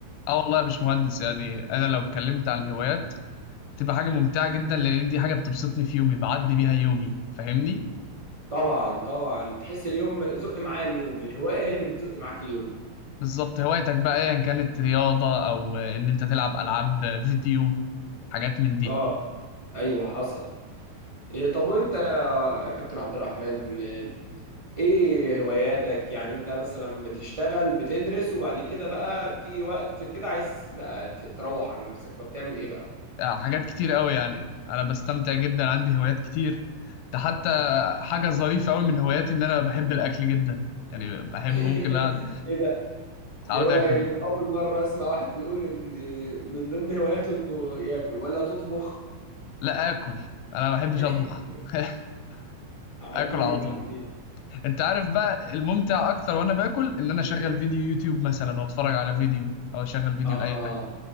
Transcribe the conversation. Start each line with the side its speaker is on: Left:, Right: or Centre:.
Left: اه والله يا باشمهندس يعني انا لو اتكلمت عن الهوايات تبقى حاجه ممتعه جدا لان دي حاجه بتبسطني في يومي بعدي بيها يومي فاهمني
Right: طبعا طبعا تحس اليوم زق معايا اليوم الهواية هي اللي بتزق معاك اليوم
Left: بالظبط هوايتك بقى ايا كانت رياضه او ان انت تلعب العاب فيديو حاجات من دي
Right: اه ايوه حصل إيه، طب وانت يا كابتن عبد الرحمن آه، ايه هواياتك يعني انت مثلا بتشتغل بتدرس وبعد كده بقى بتيجي وقت كده عايز بقى ت- تروح عن نفسك فبتعمل ايه بقى
Left: آه، حاجات كتير قوي يعني انا بستمتع جدا عندي هوايات كتير ده حتى حاجه ظريفه قوي من هواياتي ان انا بحب الاكل جدا يعني بحب
Right: <laughs>
Left: ممكن اقعد
Right: ايه ده دي
Left: أقعد
Right: هواية
Left: اكل
Right: غريبة اول مرة اسمع واحد بيقول ان من ضمن هواياته انه ياكل ولا تطبخ
Left: لا اكل انا ما بحبش
Right: <laughs>
Left: اطبخ <laughs>
Right: عجيب
Left: اكل على طول
Right: عجيب
Left: انت عارف بقى الممتع اكتر وانا باكل ان انا اشغل فيديو يوتيوب مثلا واتفرج على فيديو او اشغل فيديو
Right: اه
Left: لاي حاجه